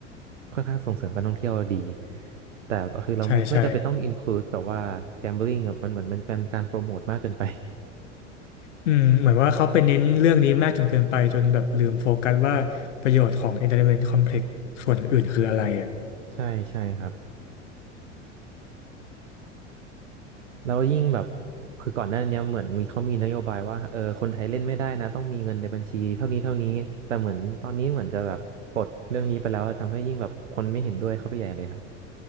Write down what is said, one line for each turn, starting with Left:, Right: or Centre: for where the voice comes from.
Right: ค่อนข้างส่งเสริมการท่องเที่ยวดี แต่คือเราไม่ไม่จำเป็นต้องอินคลูดแบบว่า
Left: ใช่ใช่
Right: gambling แบบมันเหมือนมันเป็นการโปรโมทมากเกินไป
Left: อืมเหมือนว่าเขาไปเน้นเรื่องนี้มากจนเกินไปจนแบบลืมโฟกัสว่าประโยชน์ของ Entertainment Complex ส่วนอื่นคืออะไรอ่ะ
Right: <laughs> ใช่ใช่ครับ แล้วยิ่งแบบคือก่อนหน้าเนี้ยเหมือนมีเขามีนโยบายว่าเออคนไทยเล่นไม่ได้นะต้องมีเงินในบัญชีเท่านี้เท่านี้แต่เหมือนตอนนี้เหมือนจะแบบปลดเรื่องนี้ไปแล้วทำให้ยิ่งแบบคนไม่เห็นด้วยเข้าไปใหญ่เลยครับ